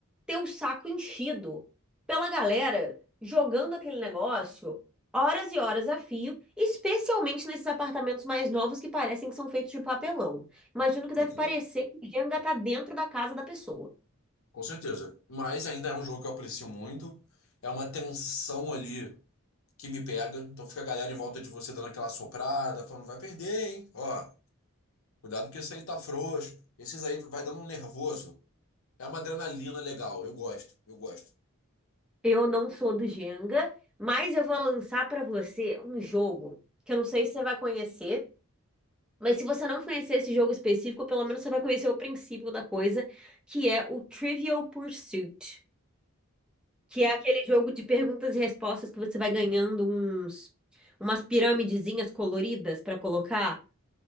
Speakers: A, in the centre; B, on the left.
A: ter o saco enchido pela galera jogando aquele negócio horas e horas a fio, especialmente nesses apartamentos mais novos que parecem que são feitos de papelão. Imagino que deve
B: Certeza.
A: parecer que o Jenga tá dentro da casa da pessoa.
B: Com certeza. Mas ainda é um jogo que eu aprecio muito. É uma tensão ali que me pega. Então fica a galera em volta de você dando aquela soprada, falando, vai perder, hein? Ó. Cuidado que esse aí tá frouxo. Esses aí vai dando um nervoso. É uma adrenalina legal. Eu gosto, eu gosto.
A: Eu não sou do Jenga, mas eu vou lançar pra você um jogo que eu não sei se você vai conhecer, mas se você não conhecer esse jogo específico, pelo menos você vai conhecer o princípio da coisa, que é o Trivial Pursuit, que é aquele jogo de perguntas e respostas que você vai ganhando uns umas piramidezinhas coloridas pra colocar,